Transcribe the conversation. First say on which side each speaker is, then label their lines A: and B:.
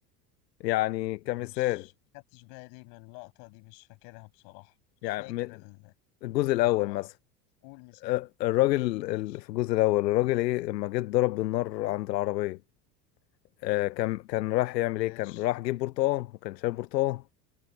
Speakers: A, on the left; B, on the left.
A: يعني كمثال
B: مش خدتش بالي من اللقطة دي مش فاكرها بصراحة مش
A: يعني
B: فاكر
A: م-
B: ال-
A: الجزء
B: الموضوع
A: الاول مثلا
B: أوي قول مثال
A: آه، الراجل
B: ماشي
A: ال- في الجزء الاول الراجل ايه اما جه اتضرب بالنار عند العربية آه، كان كان راح يعمل
B: ماشي
A: ايه كان راح جيب برتقال وكان شارب برتقال